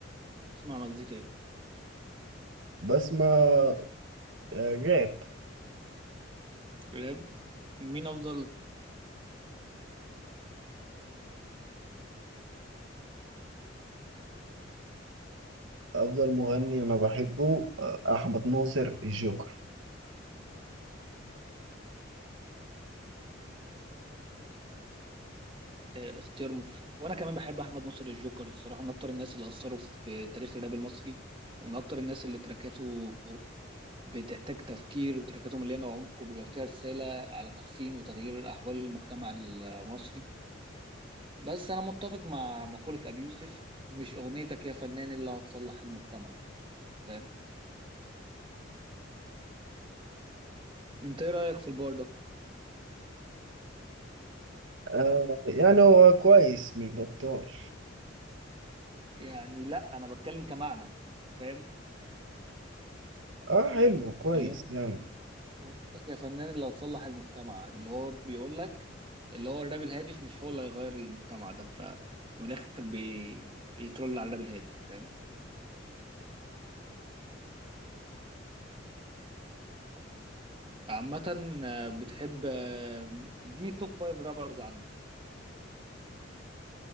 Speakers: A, on the right; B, on the right.
A: بتسمع مزيكا ايه
B: بسمع آه، راب
A: راب مين افضل
B: افضل مغني انا بحبه آه، احمد ناصر الجوكر
A: آه، اختيار موفق وانا كمان بحب احمد ناصر الجوكر الصراحة من اكتر الناس اللي اثروا في تاريخ الراب المصري ومن اكتر الناس اللي تراكاته بتحتاج تفكير وتراكاته مليانة عمق وبيبقى فيها رسالة على تحسين وتغيير احوال المجتمع المصري بس انا متفق مع مقولة ابي يوسف مش اغنيتك يا فنان اللي هتصلح المجتمع فاهم انت ايه رأيك في البار ده
B: آه يعني هو كويس مش بطال
A: يعني لا انا بتكلم كمعنى أنت فاهم
B: اه حلو كويس
A: اللي هو
B: يعني
A: اغنيتك يا فنان اللي هتصلح المجتمع اللي هو بيقول لك اللي هو الراب الهادف مش هو اللي هيغير المجتمع ده ف من الاخر بي... بيترول على الراب الهادف فاهم عامة آه، بتحب آه، اديني التوب فايف رابرز عندك